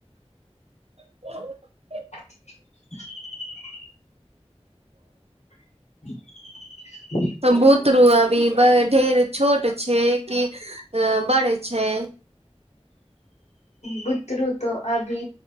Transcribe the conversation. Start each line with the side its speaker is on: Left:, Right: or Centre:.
Right: <unintelligible>
Left: <unintelligible> <unintelligible>
Right: तऽ बुतरू अभी ब ढेर छोट छैय कि बड़ छैय?
Left: बुतरू तऽ अभी